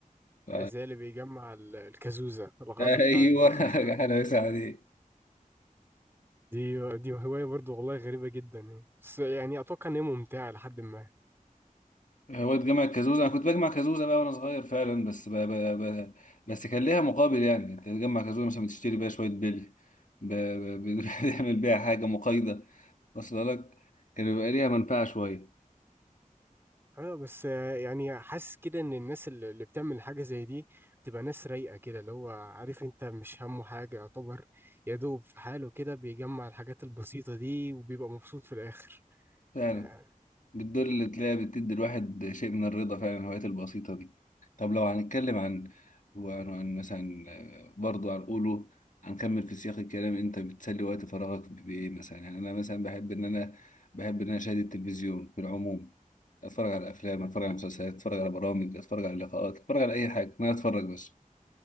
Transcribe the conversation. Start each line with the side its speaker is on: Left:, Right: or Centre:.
Left: ف...
Right: زي اللي بيجمع ال- الكازوزة الغطا
Left: ايوه
Right: بتاع الإزازة
Left: <laughs> انا بس عليه
Right: دي دي هواية برضو والله غريبة جدا يعني. بس يعني أتوقع إن هي ممتعة لحد ما
Left: هو اتجمع كازوزه انا كنت بجمع كازوزه بقى وانا صغير فعلا بس ب... ب... ب... بس كان ليها مقابل يعني انت تجمع كازوزه مثلا بتشتري بيها شويه بلي ب... ب... <laughs> بتعمل بيها حاجه مقايضه واصله لك كان بيبقى ليها منفعه شويه
Right: أه بس آه، يعني حاسس كده إن الناس اللي اللي بتعمل حاجة زي دي بتبقى ناس رايقة كده اللي هو عارف أنت مش همه حاجة يعتبر يا دوب في حاله كده بيجمع الحاجات البسيطة دي وبيبقى مبسوط في الآخر
Left: فعلا
Right: يعني
Left: بالدور اللي تلاقيها بتدي الواحد شيء من الرضا فعلا الهوايات البسيطة دي طب لو هنتكلم عن وعن عن مثلا آه، برضو هنقوله هنكمل في سياق الكلام انت بتسلي وقت فراغك بإيه مثلا يعني انا مثلا بحب ان انا بحب ان انا اشاهد التلفزيون في العموم اتفرج على افلام اتفرج على مسلسلات اتفرج على برامج اتفرج على لقاءات اتفرج على اي حاجة ما اتفرج بس